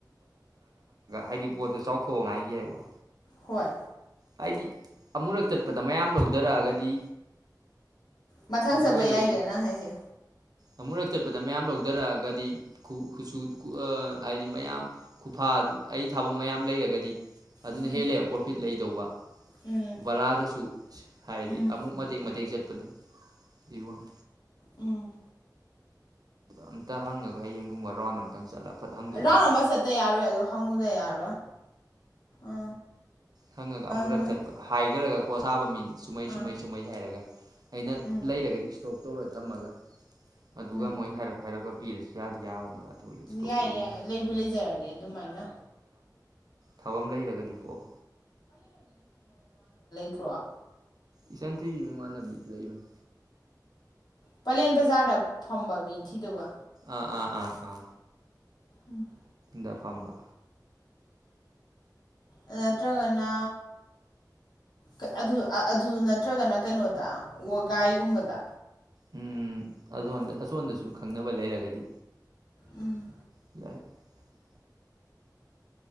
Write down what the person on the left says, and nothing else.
ꯍꯣꯏ
ꯃꯊꯪ
ꯆꯠꯄ
ꯌꯥꯏꯗꯅ ꯍꯥꯏꯁꯦ
ꯎꯝ
ꯎꯝ
ꯎꯝ
ꯎꯝ
ꯔꯥꯎꯟ ꯑꯃ ꯆꯠꯇ ꯌꯥꯔꯣꯏ ꯑꯗꯨ ꯍꯪꯉꯨꯗ ꯌꯥꯔꯣꯏ ꯑ
ꯅꯣꯏ
ꯑꯥ
ꯎꯝ
ꯎꯝ
ꯌꯥꯏ
ꯌꯥꯏ ꯂꯩꯕꯨ ꯂꯩꯖꯔꯗꯤ ꯑꯗꯨꯃꯥꯏꯅ
ꯇ꯭ꯔꯣ
ꯄꯂꯦꯟ ꯕꯖꯥꯔꯗ ꯐꯝꯕ ꯃꯤ ꯊꯤꯗꯕ
ꯎꯝ
ꯑꯥ ꯅꯠꯇ꯭ꯔꯒꯅ ꯀ ꯑꯗꯨ ꯑꯥ ꯑꯗꯨ ꯑꯥ ꯅꯠꯇ꯭ꯔꯒꯅ ꯀꯩꯅꯣꯗ ꯋꯥꯒꯥꯏꯒꯨꯝꯕꯗ
ꯎꯝ